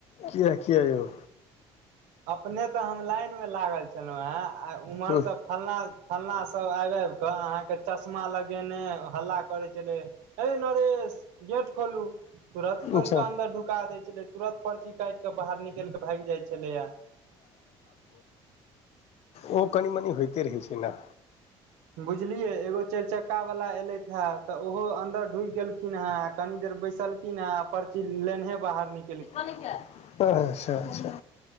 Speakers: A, on the left; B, on the right.
A: किया किया यौ
B: अपने तऽ हम लाइन मे लागल छलहुँं हें आ उमर
A: हूँ
B: स फलना फलना सब आबि आबिकऽ अहाँके चश्मा लगेने हल्ला करै छलै है नरेश गेट खोलू तुरंत खोल
A: अच्छा
B: क अन्दर ढुका दै छलै तुरंत पर्ची काइट क बाहर निकल निकैल कऽ भाईग जाइ छलैया
A: ओ कनि मनि होइते रहै छै न
B: बुझलियै एगो चाएरि चक्का वाला एलैथ हे तऽ ओहो अंन्दर ढुकि गेल िन हे कनी देर बैसलखिन हेै पर्ची लेनेहे बाहर निकल
A: अच्छा अच्छा